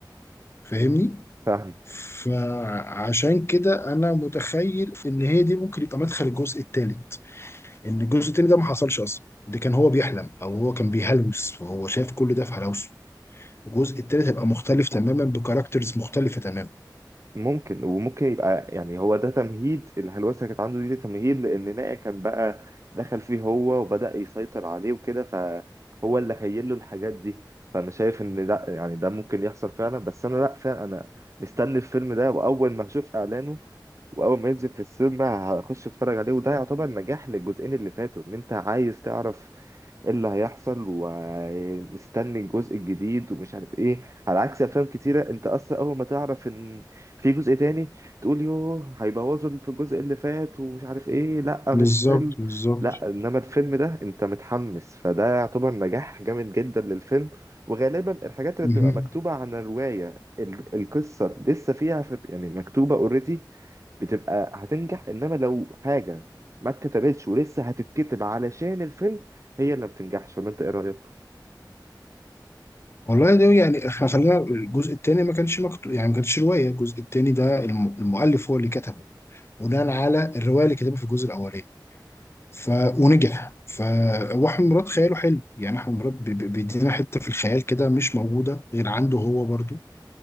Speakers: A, on the left; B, on the right.
A: فاهمني؟
B: فاهمك
A: فعشان كده أنا متخيل إن هي دي ممكن يبقى مدخل الجزء الثالث إن الجزء الثاني ده ما حصلش أصلا ده كان هو بيحلم أو هو كان بيهلوس وهو شايف كل ده في هلوسه الجزء الثالث هيبقى مختلف تماما بكاركترز مختلفة تماما
B: ممكن وممكن يبقى يعني هو ده تمهيد الهلوسه اللي كانت عنده دي تمهيد لان نائع كان بقى دخل فيه هو وبدأ يسيطر عليه وكده فهو اللي خيل له الحاجات دي فانا شايف ان لا يعني ده ممكن يحصل فعلا بس انا لا فعلا انا مستني الفيلم ده واول ما اشوف اعلانه واول ما ينزل في السينما هخش اتفرج عليه وده يعتبر نجاح للجزئين اللي فاتوا ان انت عايز تعرف ايه اللي هيحصل ومستني الجزء الجديد ومش عارف ايه على عكس افلام كتيره انت اصلا اول ما تعرف ان في جزء تاني تقول يوه هيبوظوا اللي في الجزء اللي فات ومش عارف ايه لا مش
A: بالظبط
B: حلو
A: بالظبط
B: لا انما الفيلم ده انت متحمس فده يعتبر نجاح جامد جدا للفيلم وغالبا الحاجات اللي
A: مهم.
B: بتبقى مكتوبة عن الرواية ال- القصة لسه فيها في يعني مكتوبة اوريدي بتبقى هتنجح انما لو حاجه ما اتكتبتش ولسه هتتكتب علشان الفيلم هي اللي ما بتنجحش ولا انت ايه رايك
A: والله ده يعني احنا خلينا الجزء الثاني ما كانش مكتوب يعني ما كانتش روايه الجزء الثاني ده الم- المؤلف هو اللي كتبه بناء على الروايه اللي كتبها في الجزء الاولاني ف ونجح ف واحمد مراد خياله حلو يعني احمد مراد بي- بي- بيدينا حته في الخيال كده مش موجوده غير عنده هو برضو